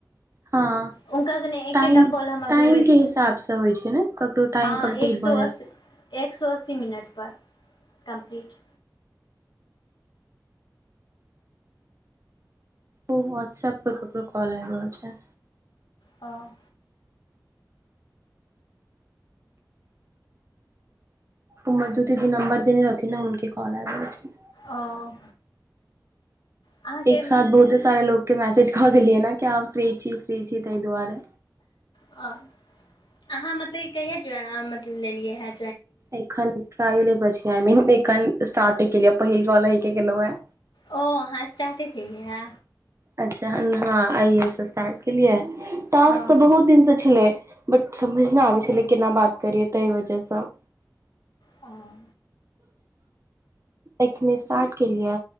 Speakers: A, on the right; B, on the left.
A: हँ।
B: हुनका सने एकेटा
A: टाइम-टाइमके
B: कॉल हमर भेबे कयल
A: हिसाबसँ होइ छै ने, ककरो टाइम
B: हँ
A: कम्प्लीट
B: एक सौ
A: भऽ जाइ
B: अस्सी
A: छै।
B: एक सौ अस्सी मिनट पर, कम्प्लीट।
A: ओ व्हाट्सएप पर ककरो कॉल आबि रहल छै।
B: हां।
A: ओ मदू दीदी नंबर देने रहथिन ने हूनके कॉल आइब रहल छै।
B: ओ। अहाँके
A: एक
B: मतलब
A: साथ बहुते सारे लोग के मैसेज कऽ देलियै न कि अहाँ फ्री छी, फ्री छी ताहि दुआरे।
B: आ अहाँ मतलब ई कहिया जोय मत लेलियै हे।
A: एखन ट्राइलै पर छी, आइ मीन एखन स्टार्टे कलियेए पहिल कॉल अहिक केलौं हें।
B: ओ अहाँ स्टार्टे केलिये हे।
A: अच्छा हां, आइये स्टार्ट केलियै, तास
B: हँ
A: तऽ
B: ओ
A: बहुत दिन से छलै। बट समझ न आबै छलै, केना बात करियै तहि वजहसँ।
B: हां।
A: एक स्टार्ट केलियै